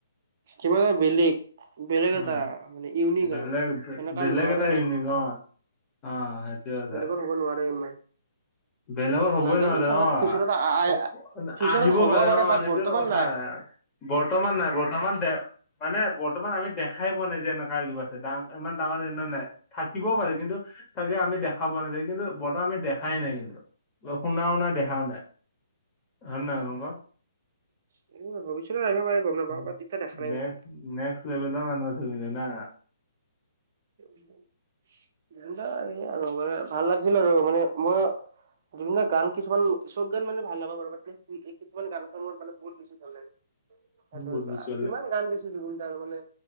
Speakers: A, on the right; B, on the left.
A: কিবা এটা বেলেগ। বেলেগ
B: উম
A: এটা মানে ইউনিক
B: বেলেগ
A: আৰু। এনেকা
B: বেলেগ
A: নোৱাৰে
B: এটা ইনিগ অ। অ সেইটোৱা দা।
A: বেলেগৰ হ'ব নোৱাৰে ইমান
B: বেলেগৰ হবই
A: নাজানো
B: নোৱাৰে
A: চাগে
B: অ
A: ফিউচাৰত
B: ক
A: ফিউচাৰত
B: আহিব
A: হ'বও
B: পাৰে অ
A: বাট
B: সেইয়েটো
A: বৰ্তমান
B: কথা।
A: নাই
B: বৰ্তমান নাই বৰ্তমান। <inaudible> মানে বৰ্তমান আমি দেখাই পোৱা নাই যে এনেকুৱা কিবা আছে ডা ইমান ডাঙৰ এনে নাই। থাকিবও পাৰে কিন্তু তাকে আমি দেখা পোৱা নাথাকে কিন্তু বৰ্তমান আমি দেখাই নাই কিন্তু। শুনাও না দেখাও না হয়ে ন। <inaudible>
A: <inaudible> ভৱিষ্যত আহিবাৰে গম নাপাওঁ
B: উম
A: বাত এতিয়া দেখা নাই।
B: নেক্স
A: <inaudible>
B: নেক্স লেভেল মানুহৰ আছিল কিন্তু না।
A: <unintelligible> ভাল লাগিছিল আৰু মানে মইও <unintelligible> গান কিছুমান চব গান মানে ভাল নাপাওঁ <unintelligible> এই কিছুমান গানা নহয় মানে বহুত বেছি ভাল লাগে। <unintelligible>
B: বহুত বস্তু
A: কিমান গান গাইছে জুবিন তাৰ মানে